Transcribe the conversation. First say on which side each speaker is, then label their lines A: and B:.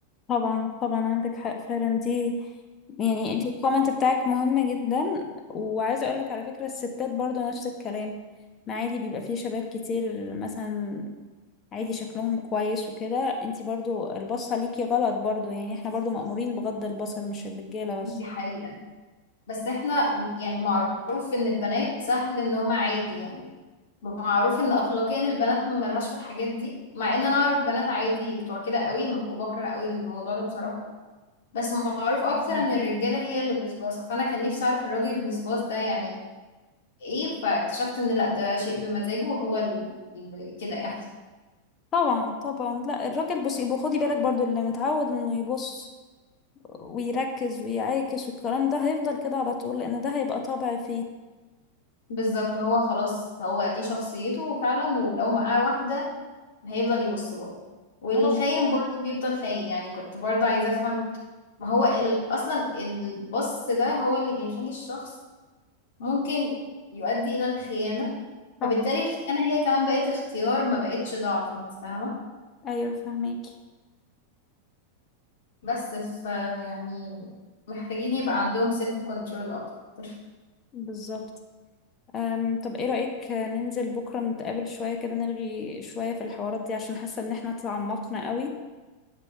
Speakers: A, on the left (about 25°); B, on the left (about 55°).
A: طبعا طبعا عندك حق فعلا دي يعني انت الكومنت بتاعك مهم جدا وعايزه اقول لك على فكره الستات برضو نفس الكلام ما عادي بيبقى فيه شباب كتير مثلا عادي شكلهم كويس وكده انتي برضو البصة ليكي غلط برضو يعني احنا برضو مأمورين بغض البصر مش الرجالة بس
B: دي حقيقة بس احنا يعني معروف ان البنات سهل ان هما عادي يعني معروف ان اخلاقيا البنات ملهاش في الحاجات دي مع ان انا اعرف بنات عادي بتوع كده قوي وبكره قوي الموضوع ده بصراحة بس معروف اكتر
A: بيديهم.
B: ان الرجاله هي اللي بسباسه فانا كان نفسي اعرف الراجل البسباس ده يعني ايه فاكتشفت ان لا ده شيء بمزاجه وهو ال... ال- كده يعني <laughs>
A: طبعا طبعا لا الراجل بصي يبقى خدي بالك برضو اللي متعود انه يبص ويركز ويعاكس والكلام ده هيفضل كده على طول لان ده هيبقى طبع فيه
B: بالظبط هو خلاص هو دي شخصيته فعلا ولو معاه واحده هيفضل يبص برضه والخاين
A: اه
B: برضه بيفضل خاين يعني كنت برضه عايزه افهم ما هو ال... اصلا البص ده هو اللي بيخلي الشخص ممكن يؤدي الى الخيانه فبالتالي
A: طبعا
B: الخيانه هي كمان بقت اختيار ما بقتش ضعف انت فاهمه
A: ايوه فهميكي
B: بس ف يعني محتاجين يبقى عندهم سيلف كنترول اكتر
A: بالظبط أم طب ايه رأيك ننزل بكرة نتقابل شوية كده نلغي شوية في الحوارات دي عشان حاسة ان احنا تعمقنا قوي